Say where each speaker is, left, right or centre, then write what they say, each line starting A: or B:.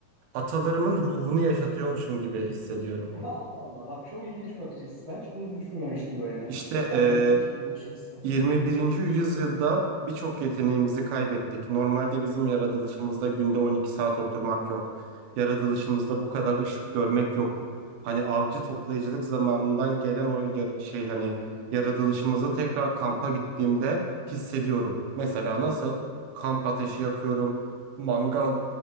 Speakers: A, on the right; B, on the right.
A: Atalarımın ruhunu yaşatıyormuşum gibi hissediyorum.
B: <laughs> Allah Allah. Bak çok ilginç bakış açısı. Ben hiç bunu da düşünmemiştim böyle.
A: İşte
B: Hani
A: eee,
B: ilginç bir bakış açısı.
A: Yirmi birinci yüzyılda birçok yeteneğimizi kaybettik. Normalde bizim yaratılışımızda günde 12 saat oturmak yok. Yaratılışımızda bu kadar ışık görmek yok. Hani avcı toplayıcılık zamanından gelen o yar- şey hani yaratılışımızı tekrar kampa gittiğimde hissediyorum. Mesela nasıl? Kamp ateşi yakıyorum, mangal